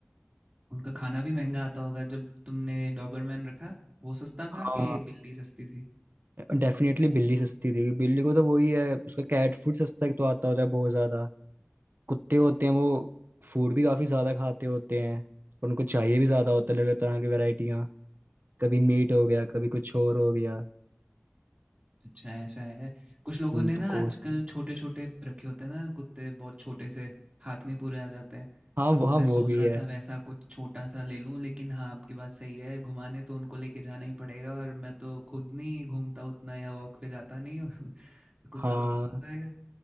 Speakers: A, on the right; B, on the right.
A: उनका खाना भी महंगा आता होगा जब तुमने डॉबरमैन रखा वो सस्ता था
B: हाँ
A: कि बिल्ली सस्ती थी
B: डेफिनेटली बिल्ली सस्ती थी बिल्ली को तो वही है उसका कैट फूड सस्ता एक तो आता होता है बहुत ज़्यादा कुत्ते होते हैं वो फूड भी काफ़ी ज़्यादा खाते होते हैं और उनको चाहिए भी ज़्यादा होता है अलग अलग तरह की वेराइटियाँ कभी मीट हो गया कभी कुछ और हो गया
A: अच्छा ऐसा है कुछ लोगों
B: हम्म,
A: ने ना
B: तो कॉस्ट
A: आजकल छोटे छोटे रखे होते हैं ना कुत्ते बहुत छोटे से हाथ में ही पूरे आ जाते हैं
B: हाँ वो हाँ
A: मैं सोच
B: वो भी
A: रहा
B: है
A: था वैसा कुछ छोटा सा ले लूं लेकिन हाँ आपकी बात सही है घुमाने तो उनको लेके जाना ही पड़ेगा और मैं तो खुद नहीं घूमता उतना या वॉक पे जाता नहीं हूँ <laughs> कुत्ता
B: हाँ
A: तो बोर हो जाएगा